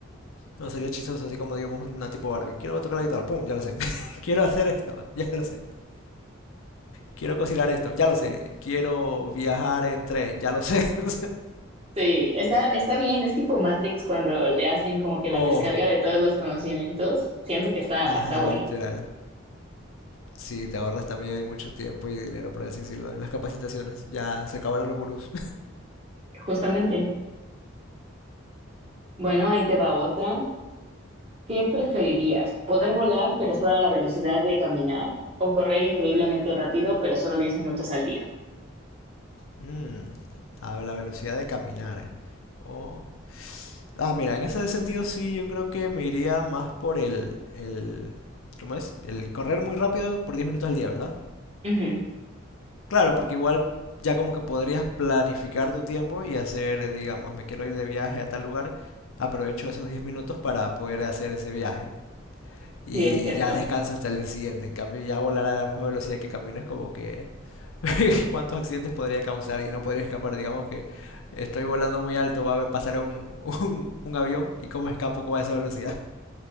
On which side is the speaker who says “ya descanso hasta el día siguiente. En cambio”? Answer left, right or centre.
Left